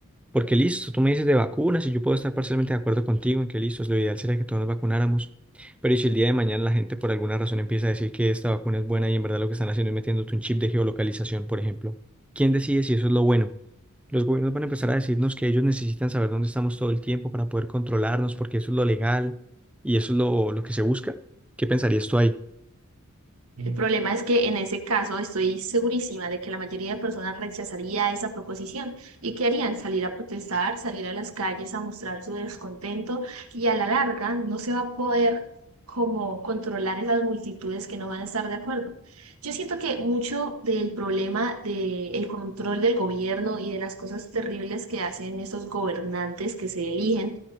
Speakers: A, in the centre; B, on the right.
A: Porque listo, tú me dices de vacunas y yo puedo estar parcialmente de acuerdo contigo en que listo, lo ideal sería que todos nos vacunáramos, pero ¿y si el día de mañana la gente por alguna razón empieza a decir que esta vacuna es buena y en verdad lo que están haciendo es metiéndote un chip de geolocalización, por ejemplo? ¿Quién decide si eso es lo bueno? Los gobiernos van a empezar a decirnos que ellos necesitan saber dónde estamos todo el tiempo para poder controlarnos, porque eso es lo legal y eso es lo, lo que se busca. ¿Qué pensarías tú ahí?
B: El problema es que en ese caso estoy segurísima de que la mayoría de personas rechazaría esa proposición y que harían salir a protestar, salir a las calles a mostrar su descontento y a la larga no se va a poder como controlar esas multitudes que no van a estar de acuerdo. Yo siento que mucho del problema del control del gobierno y de las cosas terribles que hacen estos gobernantes que se eligen,